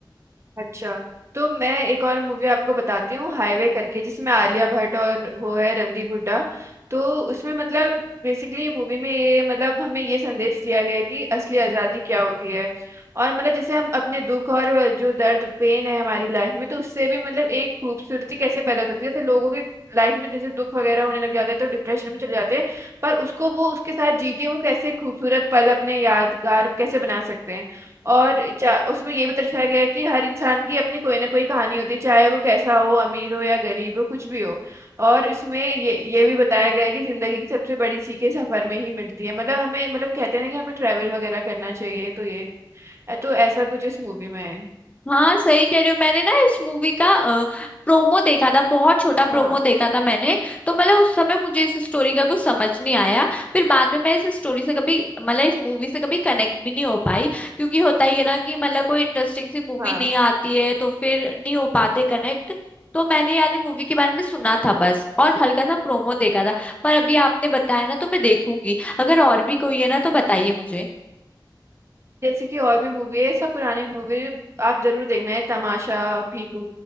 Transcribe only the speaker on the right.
अच्छा तो मैं एक और मूवी आपको बताती हूँ हाईवे करके जिसमें आलिया भट्ट और वो है रणदीप हुड्डा तो उसमें मतलब बेसिकली मूवी में ये मतलब हमें ये संदेश दिया गया है कि असली आज़ादी क्या होती है और मतलब जैसे हम अपने दुख और जो दर्द पेन है हमारी लाइफ में तो उससे भी मतलब एक खूबसूरती कैसे पैदा हो सकती है जैसे लोगों के लाइफ में जैसे दुख वगैरह होने लग जाते हैं तो डिप्रेशन में चले जाते हैं पर उसको वो उसके साथ जी के वो कैसे खूबसूरत पल अपने यादगार कैसे बना सकते हैं और चा- उसमें ये भी दर्शाया गया है कि हर इंसान की अपनी कोई ना कोई कहानी होती है चाहे वो कैसा हो अमीर हो या गरीब हो कुछ भी हो और इसमें ये ये भी बताया गया है कि जिंदगी की सबसे बड़ी सीखें सफर में ही मिलती है मतलब हमें मतलब कहते हैं ना कि हमें ट्रैवल वगैरह करना चाहिए तो ये तो ऐसा कुछ इस मूवी में है
हाँ
हाँ
जैसे कि और भी मूवी है सब पुराने मूवी आप जरूर देखना है तमाशा पीकू